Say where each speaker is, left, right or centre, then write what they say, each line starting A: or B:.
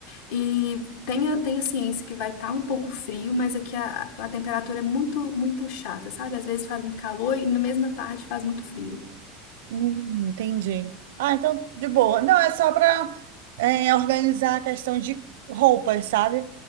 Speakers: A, on the left (about 70°); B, on the right (about 85°).
A: E tenha, tenha ciência que vai estar um pouco frio, mas aqui a, a temperatura é muito, muito chata, sabe? Às vezes faz muito calor e na mesma tarde faz muito frio.
B: Hum, entendi. Ah, então, de boa. Não, é só para organizar a questão de roupas, sabe?